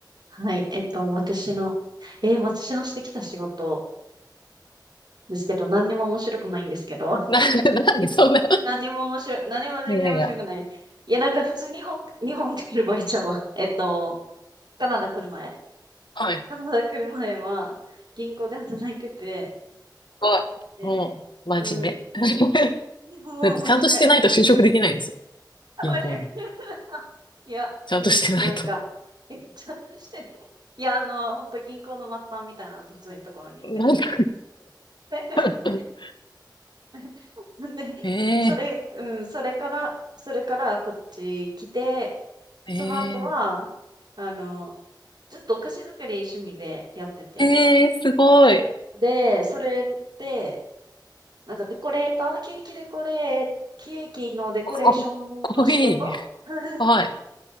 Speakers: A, on the right; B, on the left.
A: はい。えっと、私の、えー私のしてきた仕事ですけど、何にも面白くないんですけど、
B: <laughs>
A: <laughs>
B: な、なんでそんな。
A: 何にも面白い、何も全然面白くない。
B: いやいや。
A: いや、なんか普通日本、日本来る場合ちゃうわ。<laughs> えっと、カナダ来る前
B: はい。
A: カナダ来る前は、銀行で働いてて、
B: は、
A: で、
B: もう、真面目。
A: うん、<laughs>
B: <laughs>
A: もう真面目。
B: だってちゃんとしてないと就職できないんですよ。
A: <laughs>
B: 銀行に。
A: 真面目。<laughs> いや、
B: ちゃんとしてないと。
A: うん、なんか、<laughs> え、ちょっとしてね。いや、あの、本当銀行の末端みたいな、普通のところに行って。
B: なんか、
A: <laughs>
B: <laughs>
A: <laughs> そんで、
B: ええ
A: それ、うん、それから、それからこっち来て、
B: ええ
A: その後は、あの、ずっとお菓子作り趣味でやってて。
B: ええすごい。
A: で、それで、なんかデコレーター、ケーキデコレー、ケーキのデコレーションの仕事
B: かっこいい。
A: <laughs>
B: はい。